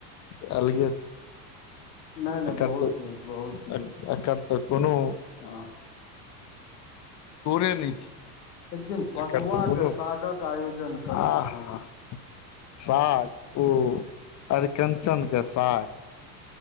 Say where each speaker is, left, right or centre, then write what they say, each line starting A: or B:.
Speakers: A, on the left; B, on the left.
A: से अलगे छै
B: नहि नहि
A: एकर
B: बहुत
A: तऽ
B: नीक बहुत नीक
A: एकर तऽ कोनो
B: हँ
A: दोड़े नहि छै
B: एक दिन पटुआ
A: एकर त कोनो
B: के सागक आयोजन करब
A: आ हँ हाँ साग ओ अरिकंचन क साग